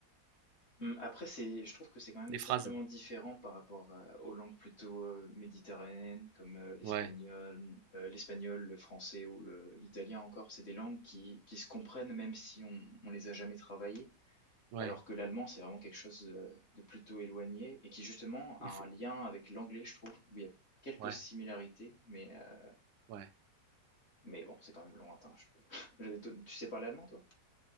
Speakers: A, on the left (about 45°); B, on the right (about 85°).
A: Mmh, après, c'est, je trouve que c'est quand même
B: Des
A: sacrément
B: phrases.
A: différent par rapport à- aux langues plutôt euh, méditerranéennes comme euh, l'espagnol,
B: Ouais,
A: euh, l'espagnol, le français ou le- l'italien encore. C'est des langues qui, qui se comprennent même si on, on les a jamais travaillées,
B: ouais.
A: alors que l'allemand, c'est vraiment quelque chose de, de plutôt éloigné et qui justement a
B: Il faut.
A: un lien avec l'anglais, je trouve, où il y a quelques
B: Ouais,
A: similarités, mais, euh,
B: ouais.
A: mais bon, c'est quand même lointain, je trouve. <laughs> Je- tu tu sais parler allemand, toi?